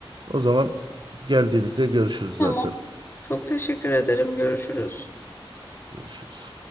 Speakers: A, on the right; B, on the left.
A: O zaman geldiğimizde görüşürüz
B: Tamam.
A: zaten.
B: Çok teşekkür ederim. Görüşürüz.
A: Görüşürüz.